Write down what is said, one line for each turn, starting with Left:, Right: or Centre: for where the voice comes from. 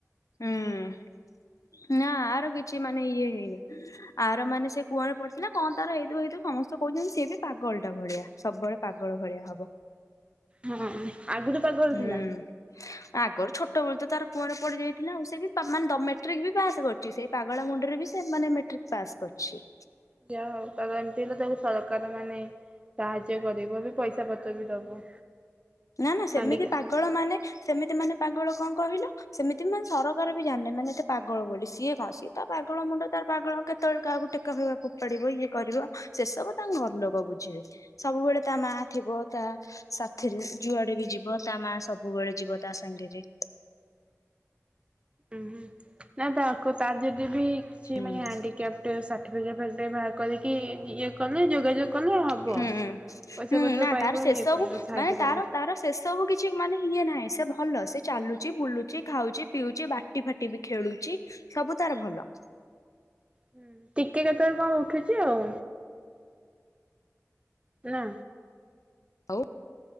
Left: ହୁଁ ନା ଆର କିଛି ମାନେ ଇଏ ହେଇନି ଆର ମାନେ ସେ କୂଅରେ ପଡିଥିଲା କଣ ତାର ହେଇଥାବ ହେଇଥିବ ସମସ୍ତେ କହୁଛନ୍ତି ସେଏ ବି ପାଗଳ ଓଲଟା ଭଳିଆ ସବୁବେଳେ ପାଗଳ ଭଳିଆ ହବ
Right: ହଁ ଆଗ ରୁ ପାଗଳ
Left: ହୁଁ।
Right: ଥିଲା?
Left: ଆଗରୁ ଛୋଟ ବେଳେ ତ ତାର କୁଅଁରେ ପଡିଯାଇ ଥିଲା ଆଉ ସେ ବି ମେଟ୍ରିକ ବି ପାସ୍ କରଛି, ସେ ପାଗଳା ମୁଣ୍ଡରେ ବି ସେ ମାନେ ମେଟ୍ରିକ ପାସ୍ କରିଛି।
Right: ଯାହା ହଉ ତାର ଏମିତି ହେଲା ତାକୁ ସରକାର ମାନେ ସାହାଯ୍ୟ କରିବ ବି ପଇସା ପତ୍ର ବି ଦବ।
Left: ନା ନା ସେମିତି
Right: ହାଣ୍ଡିକା
Left: ପାଗଳ ମାନେ ସେମିତି ମାନେ ପାଗଳ କଣ କହିଲ ସେମିତି ବି ମାନେ ସରକାର ବି ଜାଣିନି, ମାନେ ଏତେ ପାଗଳ ବୋଲି, ସିଏ କଣ ସିଏ ତ ପାଗଳ ମୁଣ୍ଡ ତାର ପାଗଳ କେତେ କେତେବେଳକୁ କାହାକୁ ଟେକା ଫେକା ଫୋପାଡିବ, ଇଏ କରିବ, ସେ ସବୁ ତାଙ୍କ ଘରଲୋକ ବୁଝିବେ। ସବୁବେଳେ ତା ମା ମା ଥିବ ତା ସାଥିରେ ଯୁଆଡେ ବି ଯିବ ତା ମା ସବୁବେଳେ ଯିବ ତା ସାଙ୍ଗରେ।
Right: ଉଁ ହୁଁ ନାଇଁ ତାକୁ ତ ଯଦି ବି ସେ
Left: ହୁଁ
Right: ହାଣ୍ଡିକ୍ୟାପଟେ <unintelligible> ବାହାର କରିକି ଇଏ କଲେ ଯୋଗାଯୋଗ କଲେ ହବ।
Left: ହୁଁ
Right: ପଇସା
Left: ହୁଁ
Right: ପତ୍ର
Left: ନା
Right: ପାଇବ
Left: ତାର ସେ
Right: ଇଏ
Left: ସବୁ
Right: କରିବ ସାହାଯ୍ୟ
Left: ମାନେ ତାର
Right: ପାଇବ
Left: ତାର ସେ ସବୁ କିଛି ମାନେ ଇଏ ନାହିଁ ସେ ଭଲ ସେ ଚାଲୁଛି, ବୁଲୁଛି, ଖାଉଛି, ପିଉଛି, ବାଟି ଫାଟି ବି ଖେଳୁଛି, ସବୁ ତାର ଭଲ। <inaudible>
Right: ହୁଁ ଟିକେ କେତେବେଳେ କଣ ଉଠୁଛି ଆଉ। ନା?
Left: ହଉ